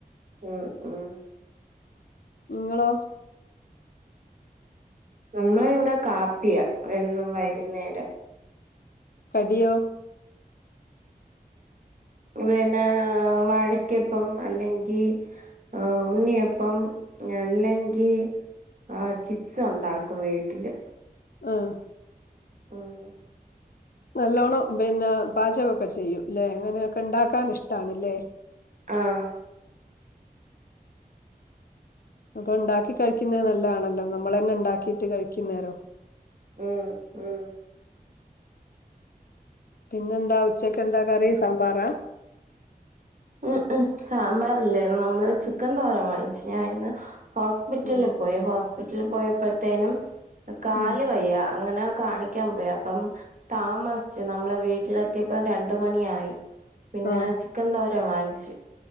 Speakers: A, on the right; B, on the left.
A: ഉം ഉം
B: ഇങ്ങളോ
A: നമ്മള് ഇവിടെ കാപ്പിയാ എന്നും വൈകുന്നേരം.
B: കടിയോ? <inaudible>
A: പിനൊ വാഴക്യപ്പം അല്ലെങ്കി ആഹ് ഉണ്ണിയപ്പം അല്ലെങ്കി ആഹ് ചിപ്സ് ഉണ്ടാക്കും വീട്ടില്.
B: ഉം
A: ആഹ്
B: നല്ലോണം പിന്നെ പാചകൊക്കെ ചെയ്യും ല്ലേ അങ്ങനെയൊക്കെ ഇണ്ടാക്കാൻ ഇഷ്ട്ടാണ്ല്ലേ.
A: ആഹ്
B: അപ്പൊണ്ടാക്കി കഴിക്കുന്നേ നല്ലാണല്ലോ നമ്മളന്നെ ഇണ്ടാക്കീട്ട് കഴിക്കുന്നേരം.
A: ഉം ഉം
B: പിന്നെന്താ ഉച്ചക്ക് എന്താ കറി സാമ്പാറാ.
A: ഉം ഉം സാമ്പാറല്ലേന്ന് നമ്മള് ചിക്കൻ തോരൻ വാങ്ങിച്ചു. ഞാൻ ഇന്ന് ഹോസ്പിറ്റല്ല്
B: ഉം
A: പോയി ഹോസ്പിറ്റല്ല് പോയപ്പോഴ്‌ത്തേനും. കാല്
B: ഉം
A: വയ്യ അങ്ങനെ കാണി ക്കാൻ പോയി അപ്പം താമസ്ച്ചു നമ്മളെ വീട്ടിലെത്തിയപ്പ രണ്ട് മണിയായി. പിന്നേ
B: ആഹ്
A: ചിക്കൻ തോരൻ വാങ്ങ്ച്ച്.